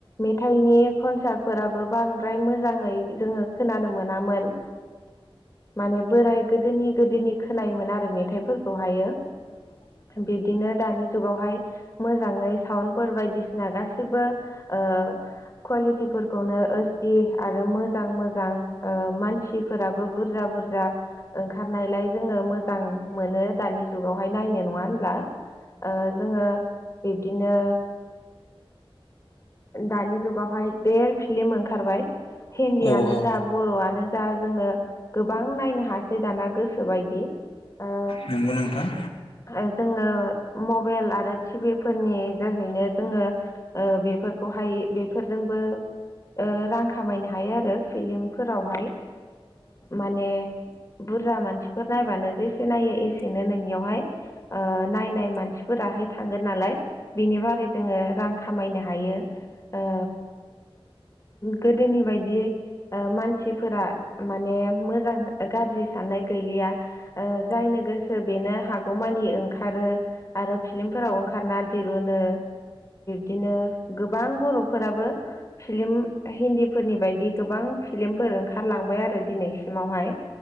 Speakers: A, on the left; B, on the left.
A: मेथाइनि कनसार्टफोराबो बांद्राय मोजाङै जोङो खोनानो मोनामोन। माने बोराय गोदोनि गोदोनि खोनायोमोन आरो मेथाइफोरखौहायो।
B: <inaudible>
A: बिब्दिनो दानि जुगावहाय मोजाङै साउन्डफोर बायदिसिना गासिबो ओ कुवालिटिफोरखौनो एसटि आरो मोजां मोजां ओ मानसिफोरा बुरजा बुरजा ओंखारनायलाय जोङो मोजां मोनो दानि जुगावहाय नायनो नङा होनब्ला जोङो बिब्दिनो दानि जुगावहाय देर फिलिम ओंखारबाय हिन्दीयानो
B: औ औ
A: जा बर'आनो जा जा जोङो गोबां नायनो हासै दाना गोसोबायदि ओ
B: नंगौ नोंथां।
A: ओ जोङो मबाइल आरो टिभि फोरनि जोहैनो जोङो ओ बेफोरखौहाय बेफोरजोंबो ओ रां खामायनो हायो आरो फिलिमफोरावहाय माने बुरजा मानसिफोर नायबानो जेसे नायो एसेनो नोंनियावहाय ओ नायनाय मानसिफोर दाहाय थांगोन नालाय बिनि बारै जोङो रां खामायनो हायो ओ गोदोनि बायदि ओ मानसिफोरा माने मोजां गाज्रि साननाय गैलिया ओ जायनो गोसो बेनो हागौमानि ओंखारो आरो फिलिम फोराव ओंखारना दिरुनो बिदिनो गोबां बर'फोराबो फिल्म हिन्दीफोरनि बायदि गोबां फिल्मफोर ओंखारलांबाय आरो दिनैसिमावहाय